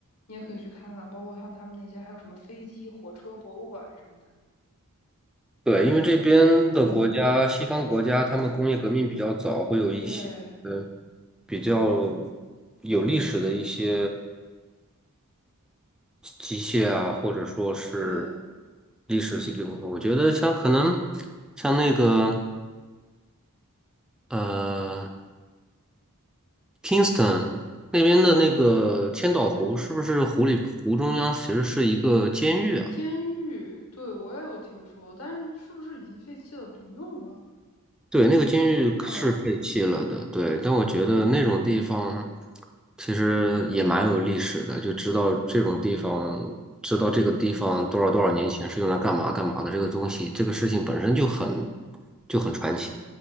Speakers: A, on the left (about 80°); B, in the centre.
A: 你也可以去看看，包括像他们那些还有什么飞机、火车博物馆什么的。
B: 对，因为这边的国家，
A: 嗯，
B: 西方国家，他们工业革命比较早，会有一些呃
A: 对
B: 比较有历史的一些机械啊，或者说是
A: 对，
B: 历史系流的。的我觉得像可能像那个呃 Kingston 那边的那个千岛湖，是不是湖里湖中央其实是一个监狱啊？
A: 监狱，对我也有听说，但是是不是已经废弃了，不用了？
B: 对，那个监狱是废弃了的，
A: 嗯
B: 对，但我觉得那种地方其实也蛮有历史的，就知道这种地方，知道这个地方多少多少年前是用来干嘛干嘛的，
A: 嗯。
B: 这个东西，这个事情本身就很就很传奇。